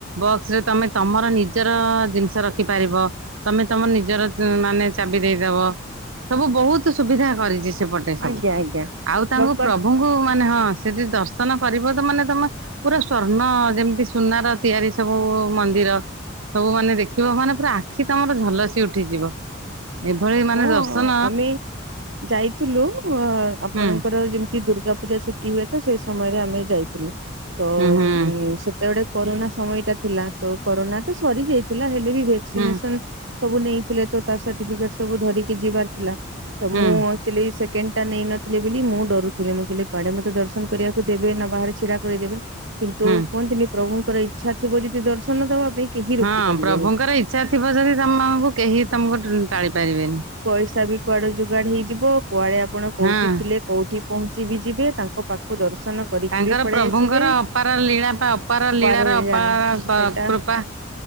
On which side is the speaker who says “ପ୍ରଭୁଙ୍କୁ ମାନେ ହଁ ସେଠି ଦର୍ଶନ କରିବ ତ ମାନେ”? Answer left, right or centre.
Right